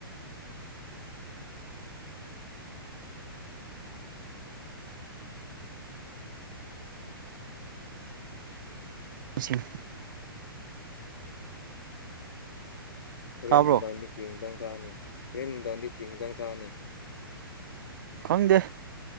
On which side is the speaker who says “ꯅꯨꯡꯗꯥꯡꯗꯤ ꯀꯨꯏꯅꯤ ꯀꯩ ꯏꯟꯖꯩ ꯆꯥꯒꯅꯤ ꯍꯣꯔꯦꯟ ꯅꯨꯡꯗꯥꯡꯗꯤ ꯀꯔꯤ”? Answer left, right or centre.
Left